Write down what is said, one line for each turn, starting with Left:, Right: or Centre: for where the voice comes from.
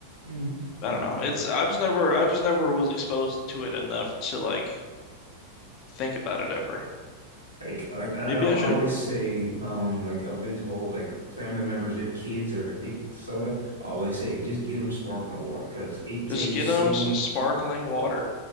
Right: hmm
Left: I
Right: hmm
Left: don't know. It's I just never I just never was exposed to it enough to like think about it ever.
Right: Like, like I
Left: Maybe
Right: al-
Left: I
Right: always
Left: should
Right: say, um, like I've been told, like family members, their kids are addicted to soda. I always say, just get them sparkling water because it tastes
Left: just get them
Right: so
Left: some sparkling water.